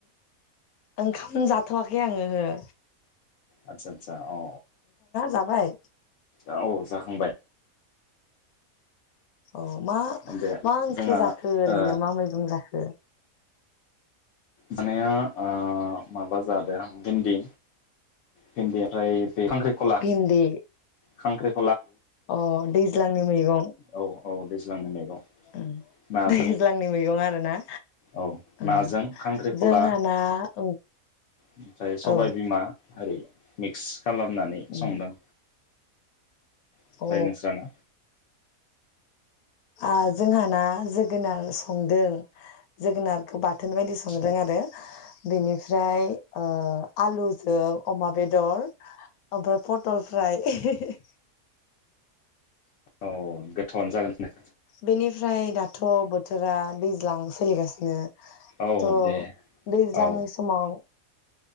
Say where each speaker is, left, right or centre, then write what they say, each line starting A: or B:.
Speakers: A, on the left; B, on the left.
A: ओंखाम जाथवाखै आंङो ओहो।
B: आतसा आतसा। औ
A: जाबाय
B: औ। औ जाखांबाय।
A: अह मा
B: दे
A: मा ओंख्रि
B: जोंहा
A: जाखो ओरैनो
B: ओ
A: मा मैगं जाखो?
B: माने ओ माबा जादो भेन्दि भेन्दि उमफ्राय खांख्रिख'ला।
A: भिन्दि
B: खांख्रेब
A: अ दैज्लांनि मैगं
B: औ औ दैज्लांनि मैगं
A: ओम
B: नाजों
A: दैज्लांनि मैगं आरोना।
B: औ
A: उम
B: नाजों खांख्रिखला
A: जोंहाना ओं
B: ओमफ्राय सबाय
A: औ
B: बिमा। हारि मिक्स। खालामनानै
A: उम
B: संदों। ओमफ्राय
A: अ
B: नोंस्राना
A: आ जोंहाना जोगोनार संदों जोगोनारखौ बा थोन बायदि संदों
B: औ
A: आरो बेनि फ्राय ओ आलुजों अमा बेदर ओमफ्राय पटल फ्राय <unintelligible>
B: औ गोथावआनो जागोना दे।
A: बेनिफ्राय दाथ' बोथोरा दैज्लां सोलिगासिनो।
B: औ
A: थ'
B: दे
A: दैज्लांनि
B: औ
A: समाव